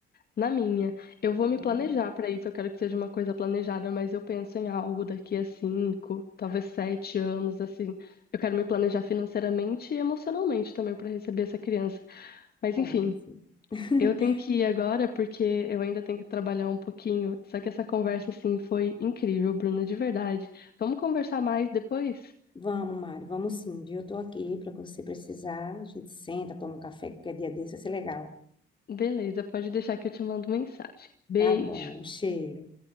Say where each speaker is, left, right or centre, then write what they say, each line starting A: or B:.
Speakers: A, on the left (about 50°); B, on the left (about 25°).
A: na minha. Eu vou
B: Uhum.
A: me planejar pra isso, eu quero que seja uma coisa planejada, mas eu penso em algo daqui a cinco, talvez sete anos, assim. Eu quero me planejar financeiramente e emocionalmente também pra receber essa criança. Mas
B: Ah,
A: enfim,
B: sim. <laughs>
A: eu tenho que ir agora porque eu ainda tenho que trabalhar um pouquinho. Só que essa conversa, assim, foi incrível, Bruna, de verdade. Vamos conversar mais depois?
B: Vamos, Mari, vamos sim, viu? Eu tô aqui para o que você precisar. A gente senta, toma um café qualquer dia desse, vai ser legal.
A: Beleza, pode deixar que eu te mando mensagem. Beijo.
B: Tá bom, um cheiro.